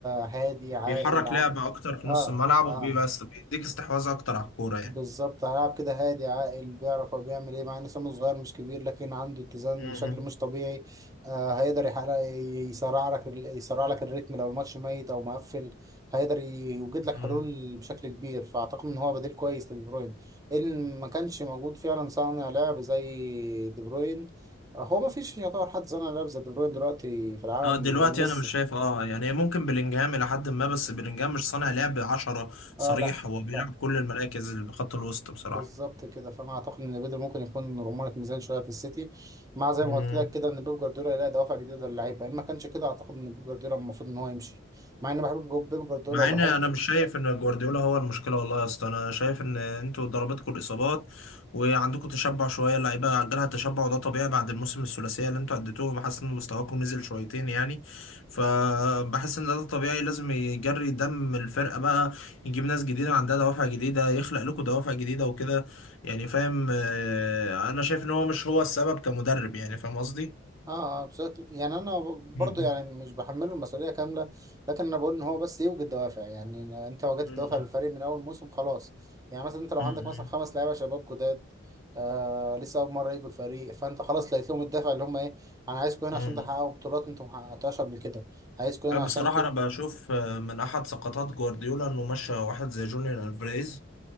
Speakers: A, on the right; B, on the left.
A: هادي عاقل
B: بيحرك
A: ع...
B: لعب اكتر في
A: اه
B: نص الملعب
A: اه
B: وبيبقى است- بيديك استحواذ اكتر على الكورة يعني
A: بالظبط هيلعب كده هادي عاقل بيعرف هو بيعمل ايه مع ان سنه صغير مش كبير لكن عنده اتزان
B: مم.
A: بشكل مش طبيعي آه هيقدر يحقق يسرع لك ال- يسرع لك الريتم لو الماتش ميت او مقفل هيقدر يوجد لك
B: مم.
A: حلول بشكل كبير فاعتقد ان هو بديل كويس لدي بروين ان ما كانش موجود فعلا صانع لعب زي دي بروين هو ما فيش يعتبر حد صانع لعب زي دي بروين دلوقتي في العالم
B: اه دلوقتي
A: غير ميسي
B: انا مش شايف اه يعني ممكن بلينجهام الى حد ما بس بلينجهام مش صانع لعب عشرة صريح
A: اه لا
B: هو بيلعب
A: لا
B: كل المراكز اللي بخط الوسط بصراحة
A: بالظبط كده فانا اعتقد ان بيدر ممكن يكون رمانة ميزان شويه في السيتي مع زي
B: مم.
A: ما قلت لك كده ان بيب جوارديولا يلاقي دوافع جديده للعيبه ان ما كانش كده اعتقد ان بيب جوارديولا المفروض ان هو يمشي مع اني بحب جو- بيب جوارديولا
B: مع
A: وبحب
B: ان انا مش شايف ان جوارديولا هو المشكله والله يا اسطى انا شايف ان انتوا ضربتكم الاصابات وعندكم تشبع شويه اللعيبه عجلها التشبع وده طبيعي بعد الموسم الثلاثيه اللي انتوا اديتوه بحس ان مستواكم نزل شويتين يعني فبحس ان ده طبيعي لازم يجري دم الفرقه بقى يجيب ناس جديده عندها دوافع جديده يخلق لكم دوافع جديده وكده يعني فاهم آه، انا شايف ان هو مش هو السبب كمدرب يعني فاهم قصدي
A: اه اه بشكل يعني انا برضه
B: مم.
A: يعني مش بحمله المسؤوليه كامله لكن انا بقول ان هو بس يوجد دوافع يعني انت وجدت
B: مم.
A: دوافع
B: مم.
A: للفريق من اول موسم خلاص يعني مثلا انت لو
B: مم.
A: عندك مثلا خمس لعيبه شباب جداد آه لسه اول مره يجوا الفريق فانت خلاص لقيت لهم الدافع اللي هم ايه انا عايزكم هنا
B: مم.
A: عشان تحققوا بطولات انتم ما حققتوهاش قبل كده عايزكم هنا
B: أه، بصراحة
A: عشان تت...
B: أنا بشوف آه، من أحد سقطات جوارديولا إنه مشى واحد زي جوليان ألفاريز